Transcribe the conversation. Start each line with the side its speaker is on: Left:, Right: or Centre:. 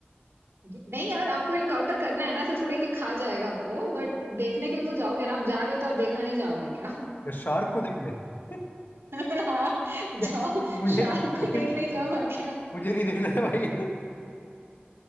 Right: ये- नहीं यार आपको इनकाउंटर करना है ना ऐसे थोड़ी कि खा जाएगा आपको बट देखने के लिए तो जाओगे ना आप जा रहे हो तो आप देखना नहीं जाओगे क्या
Left: या शार्क को देखने <laughs>
Right: <laughs> हाँ,
Left: या-
Right: जाओ
Left: मुझे
Right: शार्क
Left: मुझे
Right: को देखने जाओ और क्या
Left: मुझे नहीं देखना है भाई